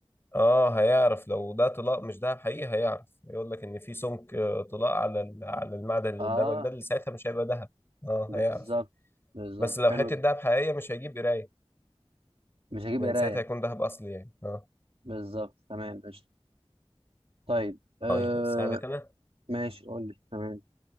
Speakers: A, on the left (about 25°); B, on the right (about 70°).
A: اه هيعرف لو ده طلاق مش دهب حقيقي هيعرف هيقول لك ان في سمك آه، طلاق على ال- على المعدن اللي
B: اه
A: قدامك ده اللي ساعتها مش هيبقى دهب اه
B: بالظبط
A: هيعرف
B: بالظبط
A: بس لو
B: حلو
A: حته
B: جدا
A: دهب حقيقيه مش هيجيب قرايه
B: مش هجيب
A: لان
B: قرايه
A: ساعتها هيكون دهب اصلي يعني اه
B: بالظبط تمام قشطه طيب آه
A: طيب اسالك انا
B: ماشي قول لي تمام